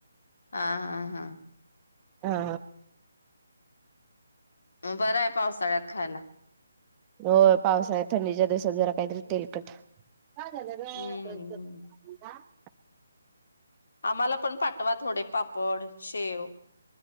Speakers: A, on the left; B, on the right.
A: हा हा हा
B: हा
A: बरं आहे पावसाळ्यात खायला
B: हो पावसाळ्यात थंडीच्या दिवसात जरा काहीतरी तेलकट काय झालं रे
A: हम्म
B: <unintelligible>
A: आम्हाला पण पाठवा थोडे पापड शेव